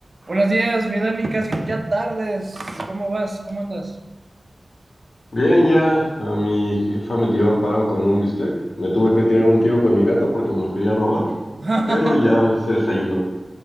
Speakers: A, on the right; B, on the left.
A: Buenos días, mi Dani, casi ya tardes. ¿Cómo vas? ¿Cómo andas?
B: Bien, ya a mi jefa me tiró paro con un bistec. Me tuve que tirar un tiro con mi gato porque me lo quería robar,
A: <laughs>
B: pero ya se desayunó.